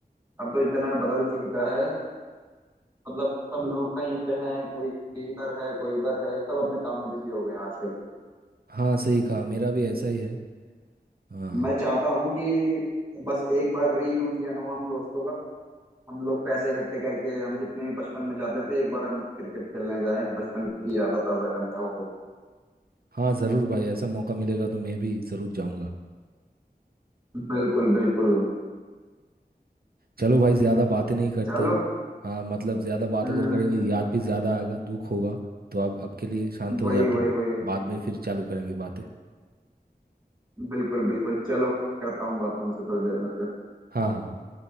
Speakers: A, on the right; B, on the right.
A: अब तो इतना बदल चुका है मतलब सब लोग कहीं पे हैं कोई इधर है कोई उधर है सब अपने काम में बिजी हो गए हैं आजकल तो
B: हाँ सही कहा मेरा भी ऐसा ही है हाँ
A: मैं चाहता हूँ कि बस एक बार रीयूनियन हो हम दोस्तों का हम लोग पैसे इकट्ठे करके हम जितने भी बचपन में जाते थे एक बार हम क्रिकेट खेलने जाए बचपन की याद ताजा करने ओहो
B: हाँ ज़रूर भाई ऐसा मौका मिलेगा तो मैं भी ज़रूर जाऊँगा
A: बिल्कुल बिल्कुल
B: चलो भाई ज़्यादा बातें नहीं करते
A: चलो
B: हाँ मतलब ज़्यादा बात
A: हम्म
B: अगर करेंगे याद भी ज़्यादा आएगा दुख होगा तो अब अब के लिए शांत हो
A: वही
B: जाते
A: वही वही
B: बाद में फिर चालू करेंगे बातें
A: <laughs> बिल्कुल बिल्कुल चलो करता हूँ बात तुमसे थोड़ी देर में फिर
B: हाँ हाँ हाँ